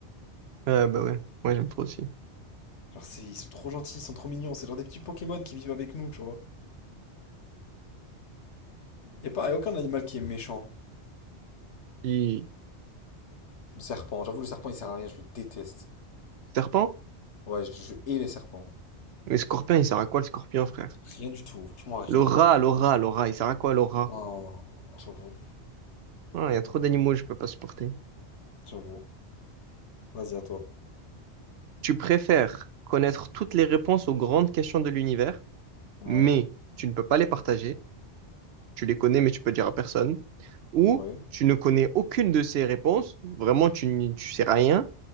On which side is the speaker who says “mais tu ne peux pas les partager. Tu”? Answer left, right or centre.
Right